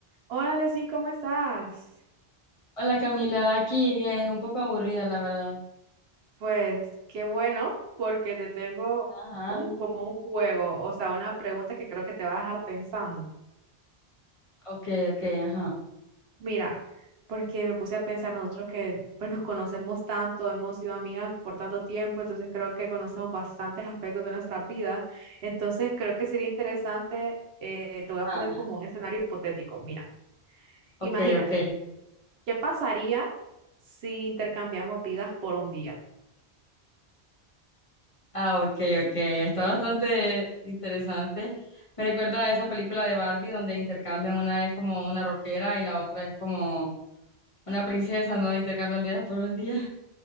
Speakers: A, on the right; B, on the left.
A: Hola, Lesin, ¿cómo estás?
B: Hola Camila, aquí bien, un poco aburrida la verdad.
A: Pues qué bueno, porque te tengo
B: Ajá,
A: un como un juego, o sea, una pregunta que creo que te va a dejar pensando.
B: ok, ok, ajá,
A: Mira, porque me puse a pensar nosotros que pues nos conocemos tanto, hemos sido amigas por tanto tiempo, entonces creo que conocemos bastantes aspectos de nuestra vida. Entonces creo que sería interesante, eh, te voy a
B: ajá,
A: poner como un escenario hipotético. Mira,
B: ok,
A: imagínate
B: ok,
A: ¿Qué pasaría si intercambiamos vidas por un día?
B: ah, ok, ok, está bastante interesante. Me recuerda a esa película de Barbie donde intercambian una es como una rockera y la otra es como una princesa, ¿no? Intercambian vidas por un día. <laughs>